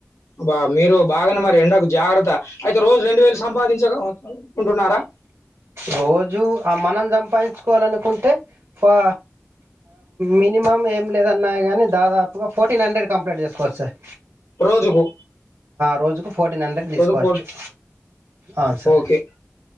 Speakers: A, on the left; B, on the right.
A: బా మీరు బాగానే మరి ఎండక జాగ్రత్త అయితే రోజు రెండు వేలు సంపాదించకకుంటున్నారా
B: రోజు ఆ మనం సంపాదించుకోవాలనుకుంటే పా మినిమం ఏమి లేదన్నా గాని దాదాపుగా ఫోర్టీన్ హండ్రెడ్ కంప్లీట్ చేసుకోవచ్చ సార్
A: రోజుకు
B: రోజుకు ఫోర్టీన్ హండ్రెడ్ తీసుకోవచ్చువు
A: రోజుకు
B: ఆ సార్
A: ఓకే.